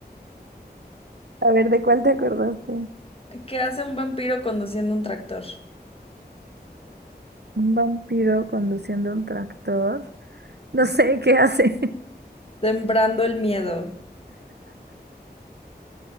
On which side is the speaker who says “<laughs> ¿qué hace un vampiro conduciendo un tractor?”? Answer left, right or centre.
Left